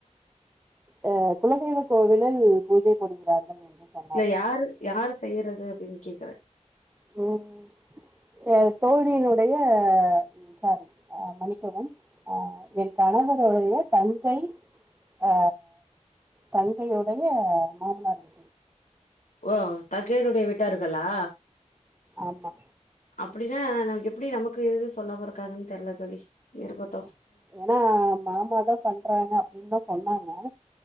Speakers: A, on the right; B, on the left.
A: அ குலதெய்வ கோவிலில் பூஜை போடுகிறார்கள் என்று சொன்னார்கள்
B: இல்ல யாரு யாரு செய்றது அப்டின் கேக்குறே
A: ம் எ தோழியினுடைய சாரி அ மன்னிக்கவும் அ என் கணவருடைய தங்கை ஆ தங்கையுடைய மாமனார் வீ
B: ஆ தங்கையினுடைய வீட்டார்களா
A: ஆமா
B: அப்டினா நமக்கு எப்டி நமக்கு எது சொல்லாம இருக்காங்கன் தெர்ல தோழி இருக்கட்
A: ஏனா மாமா தா பண்றாங்க அப்டின் தா சொன்னாங்க